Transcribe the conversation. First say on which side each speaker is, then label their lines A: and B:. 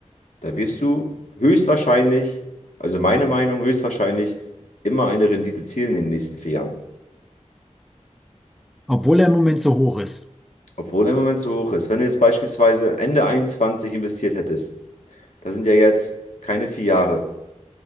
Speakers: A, on the left (about 75°); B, in the centre.
A: da wirst du höchstwahrscheinlich, also meine Meinung, höchstwahrscheinlich immer eine Rendite zielen in den nächsten vier Jahren.
B: Obwohl er im Moment so hoch ist.
A: Obwohl er im Moment so hoch ist. Wenn du jetzt beispielsweise Ende 21 investiert hättest, das sind ja jetzt keine vier Jahre,